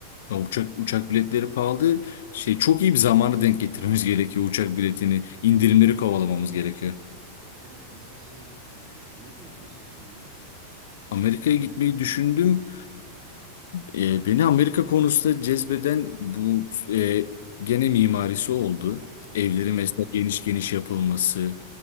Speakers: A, on the left; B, on the right.
A: Ya uçak uçak biletleri pahalı. Şey çok iyi bir zamanı denk getirmemiz <laughs> gerekiyor uçak biletini. İndirimleri kovalamamız gerekiyor.
B: Evet mesela şey e, Amerika gitmeyi hiç düşündün mü?
A: Amerika'ya gitmeyi düşündüm. E, beni Amerika konusunda cezbeden bu e, gene mimarisi oldu. Evleri mesela
B: Aha.
A: geniş geniş yapılması